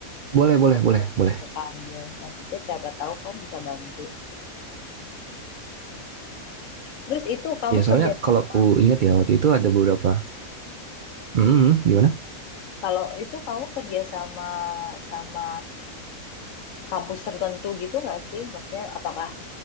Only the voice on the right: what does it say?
Boleh, boleh,
boleh, boleh.
Ya, soalnya
kalau aku ingat ya waktu itu ada beberapa. Hmm, hmm, gimana?